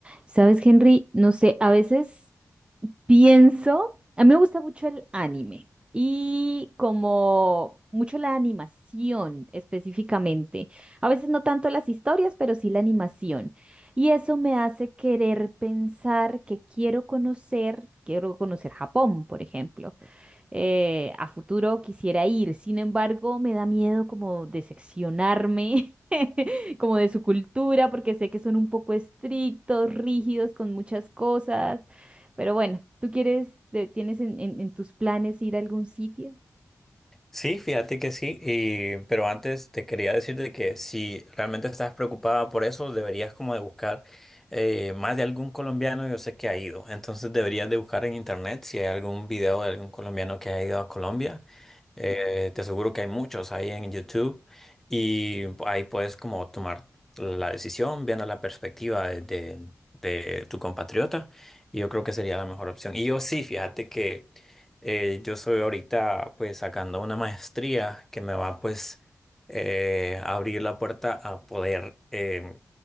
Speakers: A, on the right; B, in the centre.
A: Sabes, Henry, no sé, a veces pienso, a mí me gusta mucho el anime y como mucho la animación específicamente. A veces no tanto las historias, pero sí la animación. Y eso me hace querer pensar que quiero conocer, quiero conocer Japón, por ejemplo eh, a futuro quisiera ir. Sin embargo, me da miedo como decepcionarme, <laughs> como de su cultura, porque sé que son un poco estrictos, rígidos con muchas cosas. Pero bueno, ¿tú quieres, te- tienes en, en- en tus planes ir a algún sitio?
B: Sí, fíjate que sí, y, pero antes te quería decirte que si realmente estás preocupada por eso, deberías como de buscar eh, más de algún colombiano, yo sé que ha ido, entonces deberías de buscar en internet si hay algún video de algún colombiano que ha ido a Colombia, Eh, te aseguro que hay muchos ahí en YouTube y ahí puedes como tomar la decisión viendo la perspectiva de, de de tu compatriota y yo creo que sería la mejor opción. Y yo sí, fíjate que... Eh, yo soy ahorita pues sacando una maestría que me va pues eh, a abrir la puerta a poder eh,